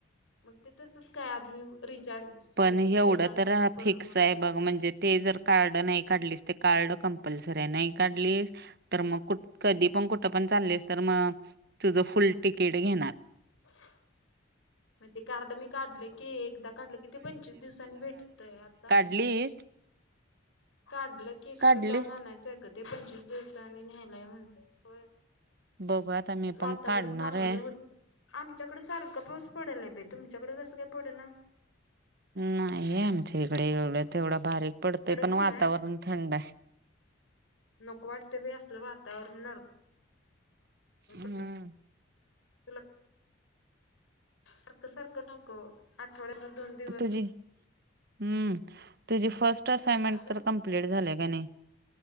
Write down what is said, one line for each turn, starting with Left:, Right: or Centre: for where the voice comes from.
Left: मग ते तसंच काय आज मी रिचार्जचा
Right: पण
Left: यूज
Right: एवढं
Left: केला नाही
Right: हा
Left: तर परत
Right: फिक्स
Left: मला
Right: आहे बघ म्हणजे ते जर कार्ड नाही काढलीस, ते कार्ड कंपल्सरी आहे, नाही काढलीस तर मग कुठं कधी पण कुठं पण चाललीस तर मग, तुझं फुल तिकीट घेणार.
Left: हा. मग ते कार्ड मी काढले की, एकदा काढलं की ते पंचवीस दिवसांनी भेटतय आता.
Right: लीस
Left: काढलं की,
Right: काढलीस.
Left: खरं जाऊन आणायचंय गं ते, पंचवीस दिवसांनी न्यायला या म्हटल्यांत, होय
Right: बघू आता मी
Left: वातावरण
Right: पण काढणार
Left: चांगलं
Right: आहे.
Left: होत आमच्याकडं सारखं पाऊस पडलाय बाई तुमच्याकडं कसं काय पडना?
Right: नाहीय आमच्या इकडे एवढं, तेवढा बारीक पडतय
Left: कडक
Right: पण
Left: ऊन
Right: वातावरण
Left: आहे
Right: थंड आहे.
Left: नको वाटत बाइ असलं वातावरणार
Right: हम्म,
Left: <unintelligible> तुला सारखं सारखं नको, आठवड्यातनं दोन दिवस
Right: तुझी हम्म, तुझी फर्स्ट असइनमेंट
Left: काय झालं
Right: तर कंम्प्लीट झाल्या का नाही.